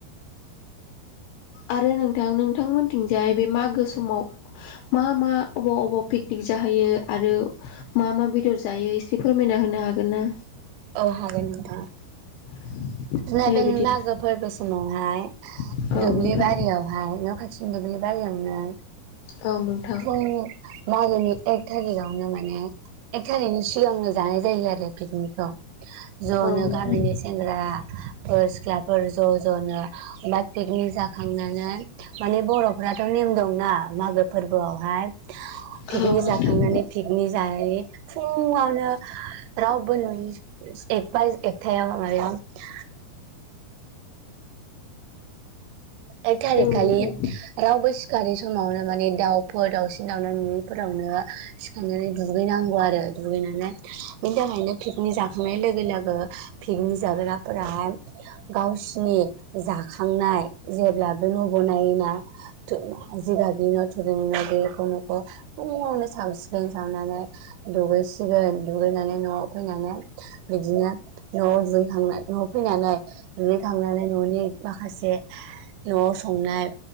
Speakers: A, on the left; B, on the right.
A: आरो नोंथां नोंथांमोनथिंजाय बे मागो समाव मा मा अबाव अबाव पिकनिक जाहैयो आरो मा मा बेदर जायो एसे फोरमायना होनो हागोन ना
B: औ हागोन नोंथां
A: <inaudible>
B: नैबेन
A: दे बिदि
B: मागो फोरबो समावहाय
A: औ
B: दुब्लि
A: नोंथां
B: बारियावहाय न' खाथि दुब्लि बारियावनो
A: औ नोंथां
B: फुं मागोनि एक थारिखावनो माने एख थारिगनि सिगांनो जानाय जायो आरो पिकनिकखौ ज'नो
A: औ नोंथां
B: गामिनि सेंग्रा फोर सिख्लाफोर ज' ज'नो ओमफ्राय पिक नि जाखांनानै माने बर'फ्राथ' नेम दंना मागो फोरबोआवहाय पिकनिक
A: औ नोंथां
B: जाखांनानै पिकनिक जायै फुं आवनो रावबो नुयि एक बाय एक थायाव <unintelligible> एक थारिख
A: औ
B: खालि
A: नोंथां
B: रावबो सिखारि समावनो माने दाउ फोर दाउसिन दाउना नुनिफोरावनो सिखांनानै दुगैनांगौ आरो दुगैनानै बिनि था खायनो पिकनिक जाखांनाय लोगो लोगो पिकनिक जाग्राफोराहाय गावसिनि जाखांनाय जेब्लाबो न' बनायोना थो जिगाबनि न' थुरिनि बेखौ खौ फुङावनो सावसिगोन सावनानै दुगैसिगोन दुगैनानै न'आव फैनानै बिदिनो न'आव दुगैखांनानै न'आव फैनानै दुगैखांनानै न'नि माखासे नवाव संनाय